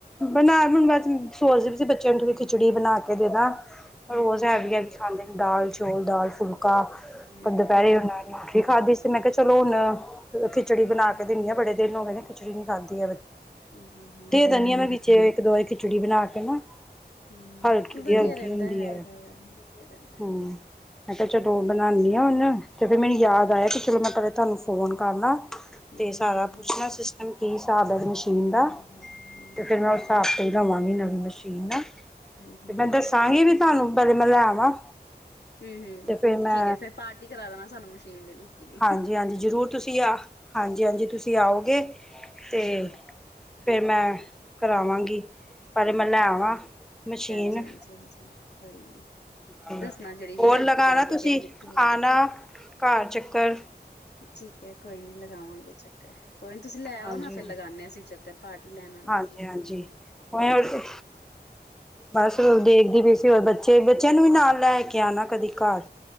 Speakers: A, in the centre; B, on the left (about 75°).
A: ਬਣਾ ਹੁਣ ਬਸ ਸੋਚ ਰਹੀ ਸੀ, ਵੀ ਬੱਚਿਆਂ ਨੂੰ ਥੋੜੀ ਖਿਚੜੀ ਬਣਾ ਕੇ ਦੇ ਦਾਂ
B: ਹੂੰ,
A: ਰੋਜ਼
B: ਹੂੰ,
A: ਹੈਵੀ,
B: ਹੂੰ,
A: ਹੈਵੀ। ਖਾਂਦੇ ਨੇ ਦਾਲ ਚੋਲ, ਦਾਲ, ਫੁਲਕਾ
B: ਹੂੰ,
A: ਦੁਪਹਿਰੇ ਉਹਨਾਂ ਨਿਊਟਰੀ ਖਾਦੀ, ਤੇ ਮੈਂ ਕਿਹਾ ਚਲੋ ਹੁਣ ਖਿਚੜੀ ਬਣਾ ਕੇ ਦਿਨੀ ਆ, ਬੜੇ ਦਿਨ ਹੋ ਗਏ ਨੇ ਖਿਚੜੀ ਨਹੀਂ ਖਾਂਦੀ।
B: ਹੂੰ, ਹੂੰ,
A: ਦੇ ਦਿਨੀ
B: ਹੂੰ, ਹੂੰ।
A: ਆ ਮੈਂ ਵਿੱਚ ਇੱਕ ਦੋ, ਵਾਰੀ ਖਿਚੜੀ ਬਣਾ ਕੇ ਨਾ।
B: ਹਮ,
A: ਹਲਕੀ ਦੀ
B: ਵਧੀਆ
A: ਹਲਕੀ
B: ਰਹਿੰਦਾ
A: ਹੁੰਦੀ
B: ਹੈਗਾ
A: ਹੈ
B: ਵਾ, ਵਧੀਆ ਰਹਿੰਦਾ ਹੈਗਾ।
A: ਹੂੰ। ਮੈਂ ਕਿਹਾ ਚਲੋ ਬਨਾਨੀ ਹ ਹੁਣ, ਤੇ ਫਿਰ ਮੈਨੂੰ ਯਾਦ ਆਇਆ ਕਿ ਚਲੋ ਮੈਂ ਪਹਿਲੇ ਤੁਹਾਨੂੰ ਫੋਨ ਕਰ ਲਾ।
B: ਹੂੰ-ਹੂੰ-ਹੂੰ-ਹੂੰ,
A: ਤੇ ਸਾਰਾ ਪੁੱਛਣਾ ਸਿਸਟਮ ਕੀ ਹਿਸਾਬ ਤੇ ਸਾਰਾ ਮਸ਼ੀਨ ਦਾ,
B: ਹੂੰ-ਹੂੰ।
A: ਤੇ ਫਿਰ ਮੈਂ ਉਸ ਹਿਸਾਬ ਤੇ ਹੀ ਲਵਾਂਗੀ ਨਵੀਂ ਮਸ਼ੀਨ।
B: ਹੂ ਹੂ
A: ਤੇ ਮੈਂ ਦੱਸਾਂਗੀ
B: ਹੂ
A: ਵੀ ਤੁਹਾਨੂੰ ਪਹਿਲੇ ਮੈਂ ਲੈ ਆਵਾਂ।
B: ਹੂ ਹੂ,
A: ਤੇ ਫੇਰ ਮੈਂ
B: ਠੀਕ ਹੈ ਫੇਿਰ ਪਾਰਟੀ ਕਰਾ ਦੇਣਾ ਸਾਨੂੰ ਮਸ਼ੀਨ ਦੀ। ਦੀ।
A: ਹਾਂਜੀ, ਹਾਂਜੀ ਜ਼ਰੂਰ ਤੁਸੀਂ ਆ ਹਾਂਜੀ, ਹਾਂਜੀ ਤੁਸੀਂ ਆਓਗੇ ਤੇ।
B: ਹੂੰ-ਹੂੰ,
A: ਫਿਰ ਮੈਂ ਕਰਾਵਾਂਗੀ, ਪਹਿਲੇ ਮੈਂ ਲੈ ਆਵਾਂ। ਮਸ਼ੀਨ
B: ਭੈਣ ਜੀ, ਹਾਂਜੀ-ਹਾਂਜੀ-ਹਾਂਜੀ, ਕੋਈ ਨੀ।
A: ਤੇ
B: ਦੱਸਣਾ ਜਿਹੜੀ ਵੀ
A: ਹੋਰ
B: ਲੈ
A: ਲਗਾਣਾ
B: ਕੇ ਆਓਗੇ
A: ਤੁਸੀਂ,
B: ਕਿਹੜੀ ਲਿੱਤੀ ਹੈਗੀ।
A: ਆਣਾ ਘਰ ਚੱਕਰ।
B: ਠੀਕ ਐ ਕੋਈ ਨੀ ਲਗਾਵਾਂਗੇ ਚੱਕਰ, ਕੋਈ ਨੀ ਤੁਸੀਂ ਲੈ ਆਓ,
A: ਹਾਂਜੀ
B: ਨਾ ਫਿਰ ਲਗਾਂਨੇ
A: ਜੀ
B: ਆਂ ਅਸੀਂ ਚੱਕਰ। ਪਾਰਟੀ ਲੈਣ ਆਣਾ
A: ਹਾਂਜੀ ਹਾਂਜੀ ਕੋਈ ਬਸ ਦੇਖਦੀ ਪਈ ਸੀ, ਹੋਰ ਬੱਚੇ ਬੱਚਿਆਂ ਨੂੰ ਵੀ ਨਾਲ ਲੈ ਕੇ ਆਣਾ, ਕਦੀ ਘਰ।